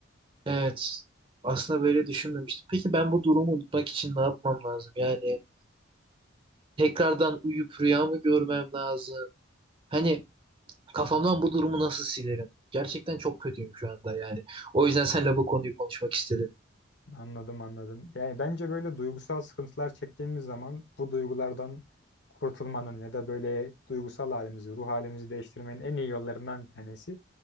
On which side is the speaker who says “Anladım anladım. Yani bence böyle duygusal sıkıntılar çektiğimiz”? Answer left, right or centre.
Left